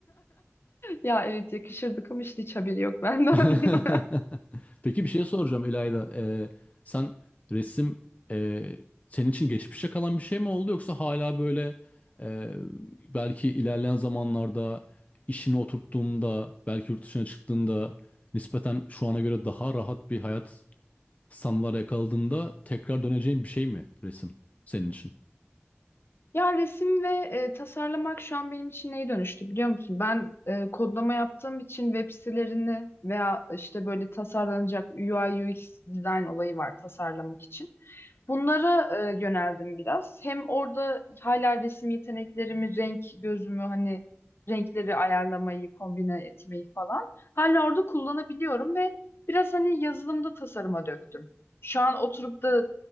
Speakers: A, on the left; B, on the left.
A: Ya evet yakışırdık ama işte hiç haberi yok benden.
B: <laughs>
A: <laughs>
B: Peki bir şey soracağım İlayda. Ee, sen resim e, senin için geçmişe kalan bir şey mi oldu yoksa hala böyle e, belki ilerleyen zamanlarda işini oturttuğunda belki yurt dışına çıktığında nispeten şu ana göre daha rahat bir hayat sanılar yakaladığında tekrar döneceğin bir şey mi resim senin için?
A: Ya resim ve e, tasarlamak şu an benim için neye dönüştü biliyor musun? Ben e, kodlama yaptığım için web sitelerini veya işte böyle tasarlanacak UI UX design olayı var tasarlamak için. Bunlara e, yöneldim biraz. Hem orada hala resim yeteneklerimi, renk gözümü hani renkleri ayarlamayı, kombine etmeyi falan hala orada kullanabiliyorum ve biraz hani yazılımda tasarıma döktüm. Şu an oturup da